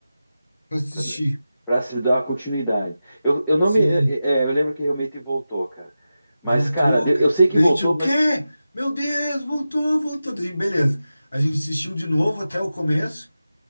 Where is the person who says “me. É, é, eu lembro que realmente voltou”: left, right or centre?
Centre